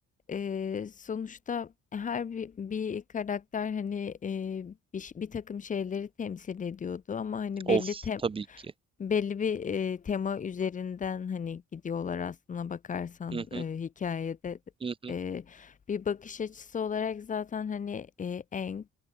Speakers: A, on the left; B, on the right.
A: e, sonuçta her bir, bir karakter hani e, bir, ş- bir takım şeyleri temsil ediyordu ama hani belli
B: of
A: tem
B: tabii ki.
A: Belli bir, eee, tema üzerinden, hani, gidiyorlar aslına bakarsan,
B: Hı hı,
A: eee, hikâyede.
B: hı hı,
A: Eee, bir bakış açısı olarak zaten, hani, eee, Aang,